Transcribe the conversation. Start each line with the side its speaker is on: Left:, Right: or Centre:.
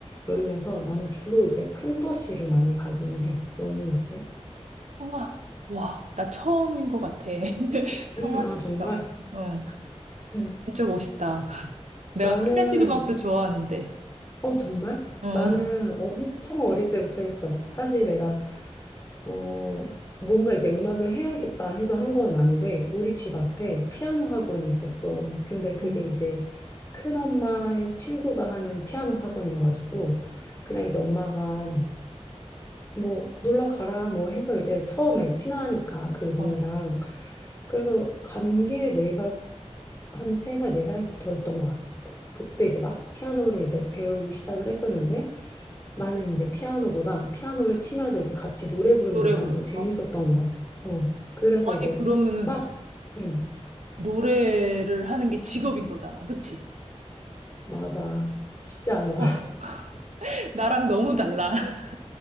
Left: 열려서 나는 주로 이제 큰 도시를 많이 가기는 해. 너는 어때?
Right: 성악. 와, 나 처음인 것 같아. <laughs> 성악이니까.
Left: 음, 아, 정말.
Right: 어, 어,
Left: 음.
Right: 진짜 멋있다. <laughs> 내가
Left: 나는,
Right: 클래식 음악도 좋아하는데.
Left: 어, 정말?
Right: 어,
Left: 나는 엄청 어릴 때부터 했어. 사실 내가, 어, 뭔가 이제 음악을 해야겠다 해서 한 건 아닌데, 우리 집 앞에 피아노 학원이 있었어. 근데 그게
Right: 어,
Left: 이제 큰엄마의 친구가 하는 피아노 학원이어가지고 그냥 이제 엄마가 뭐 놀러 가라 뭐 해서 이제 처음에 친하니까 그분이랑
Right: 어.
Left: 그래서 간 게 내가 한 세 살 네살부터였던것 같아. 그때 이제 막 피아노를 이제 배우기 시작을 했었는데 나는 이제 피아노보다 피아노를 치면서 이제 같이 노래 부르는
Right: 노래
Left: 게 나는
Right: 부르는
Left: 더 재밌었던
Right: 거.
Left: 것 같아. 어. 그래서
Right: 아니,
Left: 이제
Right: 그러면은
Left: 막, 음,
Right: 노래를 하는 게 직업인 거잖아. 그치?
Left: 맞아. 쉽지 않아.
Right: 와, <laughs> 나랑 너무 달라. <laughs>